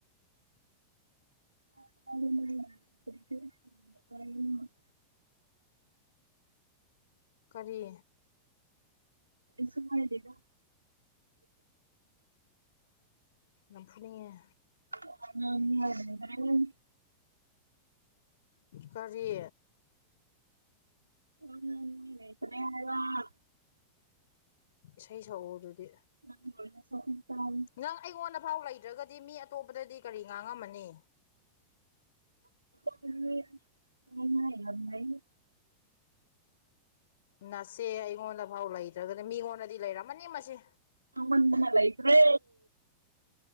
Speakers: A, on the right; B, on the left.
A: <unintelligible>
B: ꯀꯔꯤ
A: ꯀꯩꯁꯨ ꯍꯥꯏꯗꯦꯗ
B: ꯌꯥꯝ ꯐꯨꯅꯤꯡꯉꯦ
A: <unintelligible>
B: ꯀꯔꯤ
A: <unintelligible>
B: ꯏꯁꯩ ꯁꯛꯎ ꯑꯗꯨꯗꯤ
A: ꯅꯪ ꯑꯣꯏꯅ ꯁꯛꯑꯣ ꯇꯥꯏ
B: ꯅꯪ ꯑꯩꯉꯣꯟꯗꯐꯥꯎ ꯂꯩꯇ꯭ꯔꯒꯗꯤ ꯃꯤ ꯑꯇꯣꯞꯄꯗꯗꯤ ꯀꯔꯤ ꯉꯥꯡꯉꯝꯃꯅꯤ
A: <unintelligible> ꯑꯣꯟꯅꯔꯝꯒꯅꯤ
B: ꯅꯆꯦ ꯑꯩꯉꯣꯟꯗꯐꯥꯎ ꯂꯩꯇ꯭ꯔꯒꯗꯤ ꯃꯤꯉꯣꯟꯗꯗꯤ ꯂꯩꯔꯝꯃꯅꯤ ꯃꯁꯦ
A: ꯉꯥꯡꯃꯟꯗꯅ ꯂꯩꯇ꯭ꯔꯦ